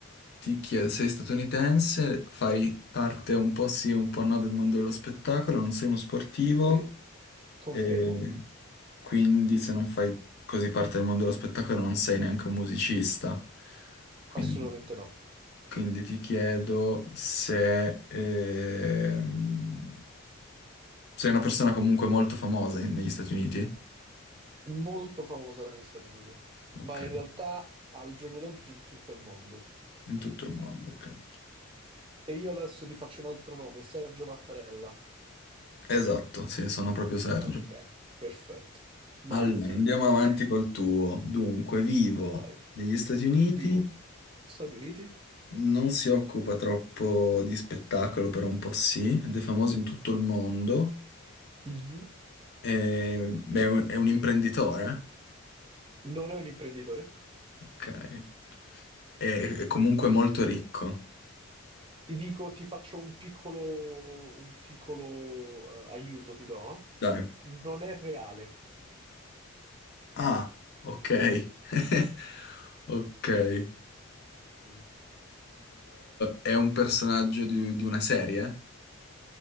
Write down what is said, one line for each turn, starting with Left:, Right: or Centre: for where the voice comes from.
Left: ti chiedo, sei statunitense, fai parte un po' sì, un po' no del mondo dello spettacolo, non sei uno sportivo,
Right: Sì? Confermo?
Left: eh, quindi se non fai così parte del mondo dello spettacolo non sei neanche un musicista. Quindi...
Right: Assolutamente no.
Left: Quindi ti chiedo se ehm, sei una persona comunque molto famosa in- negli Stati Uniti?
Right: Molto famosa negli Stati Uniti,
Left: Ok,
Right: ma in realtà al giorno d'oggi in tutto il mondo.
Left: in tutto il mondo, ok.
Right: E io adesso ti faccio un altro nome, Sergio Mattarella.
Left: Esatto, sì, sono proprio Sergio.
Right: Ok, perfetto. Matti.
Left: Allora, andiamo avanti
Right: <laughs>
Left: col tuo. Dunque, vivo
Right: Vai.
Left: negli Stati Uniti,
Right: Vivo. Stati Uniti?
Left: non si occupa troppo di spettacolo, però un po' sì, ed è famoso in tutto il mondo,
Right: Mhm.
Left: e- beh, è un è un imprenditore,
Right: Non è un imprenditore?
Left: ok, è è comunque molto ricco.
Right: Ti dico, ti faccio un piccolo, un piccolo eh, aiuto, ti do.
Left: Dai.
Right: Non è reale.
Left: Ah, ok. <laughs> Ok. Eh,
Right: Mm, mm.
Left: è un personaggio di, di una serie?